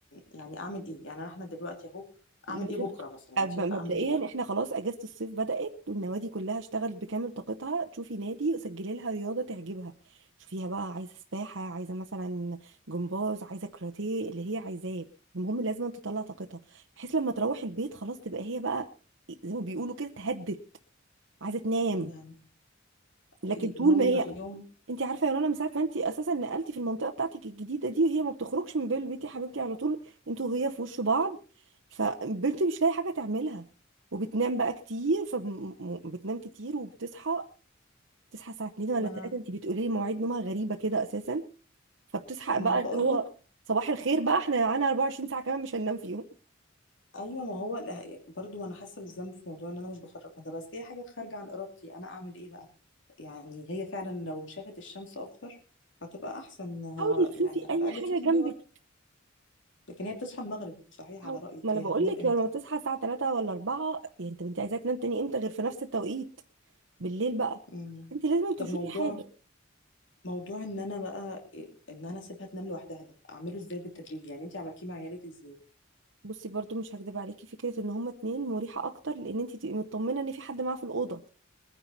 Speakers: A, on the left; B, on the right.
A: يعني اعمل ايه يعني احنا دلوقتي اهو
B: لازم
A: اعمل ايه بكرة مثلا انت
B: أب-
A: شايفة
B: مبدئيا
A: اعمل ايه بكرة
B: احنا خلاص اجازه الصيف بدات والنوادي كلها اشتغلت بكامل طاقتها تشوفي نادي سجلي لها رياضه تعجبها شوفيها بقى عايزه سباحه عايزه مثلا جمباز عايزه كاراتيه اللي هي عايزاه المهم لازم تطلع طاقتها بحيث لما تروح البيت خلاص تبقى هي بقى زي ما بيقولوا كده اتهدت عايزه تنام
A: يعني
B: لكن
A: إيه
B: طول
A: نوم
B: ما هي
A: يوم
B: انت عارفه يا رنا من ساعه ما انت اساسا نقلتي في المنطقه بتاعتك الجديده دي وهي ما بتخرجش من بين البيت يا حبيبتي على طول انتوا وهي في وش بعض فبنت مش لاقي حاجه تعملها وبتنام بقى كتير فبتنام كتير وبتصحى تصحى الساعه 2 ولا
A: ما
B: 3
A: انا
B: انت بتقولي لي مواعيد نومها غريبه كده اساسا فبتصحى بقى
A: ما بقولك
B: اللي هو صباح الخير بقى احنا على 24 ساعه كمان مش هننام فيهم
A: ايوه ما هو لا برضو انا حاسة بالذنب في موضوع ان انا مش بخرج ده بس هي حاجة خارجة عن ارادتي انا اعمل ايه بقى يعني هي فعلا لو شافت الشمس اكتر هتبقى احسن إنها
B: حاولي تشوفي
A: يعني على
B: اي
A: الاقل
B: حاجه
A: تشوف النور
B: جنبك
A: اكتر لكن هي بتصحى المغرب صحيح
B: حاول-
A: على رأيك
B: ما انا
A: هي
B: بقول
A: هتنام
B: لك
A: امتى
B: لما تصحى الساعه 3 ولا 4 يعني انت انت عايزه تنام تاني امتى غير في نفس التوقيت بالليل بقى
A: مم.
B: انت لازم تشوفي
A: طب موضوع
B: حاجه
A: موضوع ان انا بقى ان انا اسيبها تنام لوحدها ده اعمله ازاي بالتدريج يعني انتي عملتيه مع عيالك ازاي
B: بصي برضو مش هكدب عليكي فكره ان هما اتنين مريحه اكتر لان انت تبقي مطمنه ان في حد معاه في الاوضه